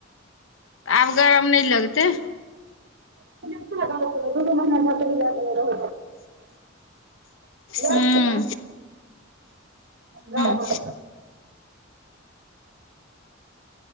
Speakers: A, on the left; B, on the right.
A: तऽ आब गरम नहि लगतै
B: <inaudible> <unintelligible> याद
A: हू ह्म
B: छौ ने गाँव
A: <inaudible>
B: घर